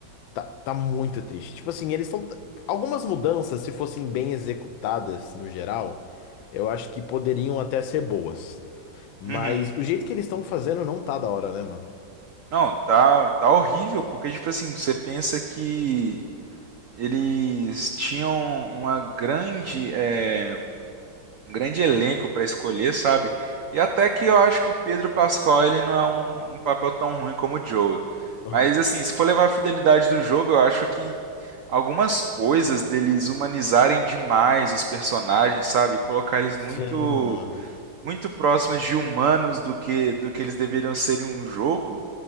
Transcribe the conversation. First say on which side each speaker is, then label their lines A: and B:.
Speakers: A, on the left; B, on the right.
A: tá, tá muito triste. Tipo assim, eles estão. Algumas mudanças, se fossem bem executadas no geral, eu acho que poderiam até ser boas. Mas
B: Uhum.
A: o jeito que eles estão fazendo não tá da hora, né, mano?
B: Não, tá, tá horrível, porque, tipo assim, você pensa que eles tinham uma grande, eh, um grande elenco para escolher, sabe? E até que eu acho que o Pedro Pascal ele não é um, um papel tão ruim como o Joel.
A: Aham.
B: Mas assim, se for levar a fidelidade do jogo, eu acho que algumas coisas deles humanizarem demais os personagens, sabe? Colocar eles
A: Sim,
B: muito
A: mano.
B: muito próximos de humanos do que do que eles deveriam ser em um jogo.